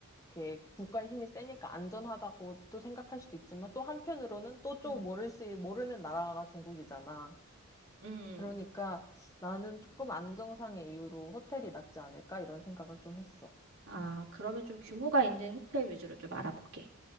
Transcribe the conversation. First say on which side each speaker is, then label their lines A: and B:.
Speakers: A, on the left (about 15°); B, on the right (about 70°).
A: 이렇게 국가의 힘이 세니까 안전하다고 또 생각할 수도 있지만, 또 한편으로는 또 좀
B: 음,
A: 모를 수, 모르는 나라가 중국이잖아.
B: 음.
A: 그러니까 나는 조금 안정상의 이유로 호텔이 낫지 않을까? 이런 생각을 좀 했어.
B: 아, 그러면 좀 규모가 있는 호텔 위주로 좀 알아볼게.